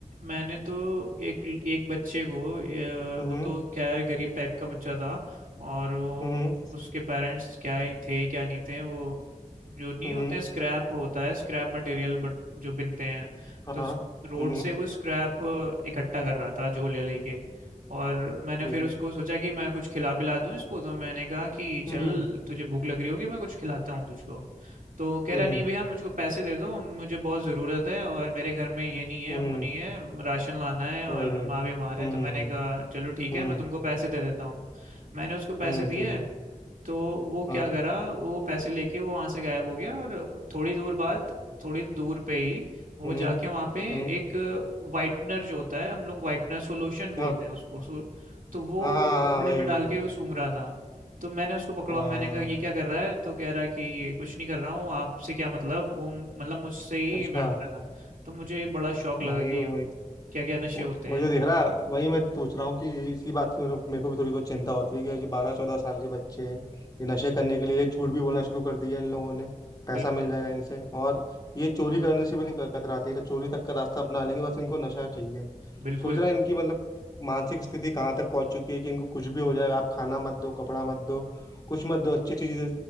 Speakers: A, on the right; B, on the left.
A: मैंने तो एक एक बच्चे को अ,
B: हम्म
A: वो
B: हम्म
A: तो खैर गरीब टाइप का बच्चा था और वो
B: हम्म
A: उसके पेरेंट्स क्या ही थे क्या नहीं थे वो जो नहीं
B: हम्म,
A: होते हैं स्क्रैप होता है स्क्रैप मटेरियल बट जो बिनते हैं
B: हाँ
A: तो
B: हम्म
A: रोड
B: हम्म,
A: से वो स्क्रैप इकट्ठा कर रहा था झोले लेके और मैंने
B: ठीक
A: फिर
B: है
A: उसको सोचा कि मैं कुछ खिला पिला दूं इसको तो मैंने कहा कि चल
B: हम्म
A: तुझे भूख लग रही होगी मैं कुछ खिलाता हूँ तुझको तो कह
B: हम्म
A: रहा नहीं भैया मुझको पैसे दे दो मुझे बहुत ज़रूरत है और मेरे घर में ये नहीं है
B: हम्म
A: वो नहीं है राशन लाना है और
B: भाई भाई
A: माँ
B: हम्म
A: बीमार है तो
B: हम्म
A: मैंने कहा चलो ठीक
B: हम्म
A: है मैं
B: हम्म,
A: तुमको पैसे दे देता हूँ मैंने उसको पैसे
B: हम्म,
A: दिए
B: ठीक है
A: तो वो
B: हाँ
A: क्या करा वो पैसे लेके वो वहां से गायब हो गया और थोड़ी दूर बाद थोड़ी दूर पे ही वो
B: हम्म
A: जाके वहां पे
B: हम्म
A: एक वाइटनर जो होता है हम लोग वाइटनर सॉल्यूशन बोलते
B: हाँ
A: हैं उसको सो,
B: हाँ
A: तो वो
B: हाँ हाँ,
A: कपड़े
B: हाँ, वही
A: में
B: वही
A: डाल
B: वही
A: के वो सूंघ रहा था तो मैंने उसको पकड़ा
B: अ,
A: मैंने कहा ये क्या कर रहा है तो कह रहा है कि ये कुछ नहीं कर रहा हूँ आपसे क्या मतलब वो मतलब मुझसे ही
B: अच्छा
A: भिड़ने लगा तो मुझे बड़ा शौक लगा
B: भाई
A: कि
B: वही
A: क्या क्या नशे
B: वो-
A: होते
B: वही
A: हैं
B: तो देख रहा वही मैं सोच रहा हूँ कि इसी बात की मेरे को मेरे को भी थोड़ी बहुत चिंता होती है कि ये बारह चौदह साल के बच्चे हैं ये नशे करने के लिए झूठ भी बोलना शुरू कर दिया इन लोगों ने पैसा
A: बिल्कुल
B: मिल जाएगा इनसे और ये चोरी करने से भी नहीं क- कतराते ये तो चोरी तक का रास्ता अपना लेंगे बस इनको नशा चाहिए
A: बिल्कुल
B: सोच रहा है इनकी मतलब मानसिक स्थिति कहाँ तक पहुंच चुकी है कि इनको कुछ भी हो जाए आप खाना मत दो कपड़ा मत दो कुछ मत दो अच्छी अच्छी चीजें